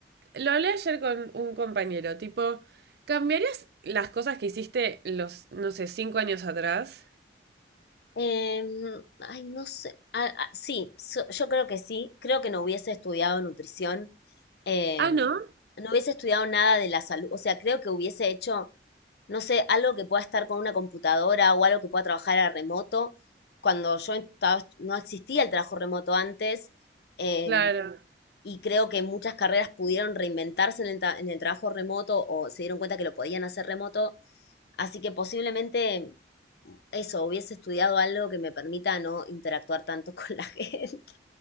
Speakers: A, on the right; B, on the left.
A: lo hablé ayer con un compañero, tipo, ¿cambiarías las cosas que hiciste los, no sé, cinco años atrás?
B: Em, ay, no sé. Ah, ah, sí, so- yo creo que sí. Creo que no hubiese estudiado nutrición. em,
A: Ah, ¿no?
B: no hubiese estudiado nada de la salud. O sea, creo que hubiese hecho, no sé, algo que pueda estar con una computadora o algo que pueda trabajar a remoto. Cuando yo estaba, no existía el trabajo remoto antes. em,
A: Claro. <laughs>
B: y creo que muchas carreras pudieron reinventarse en el, tra- en el trabajo remoto o se dieron cuenta que lo podían hacer remoto. Así que posiblemente eso, hubiese estudiado algo que me permita no interactuar tanto <laughs> con la gente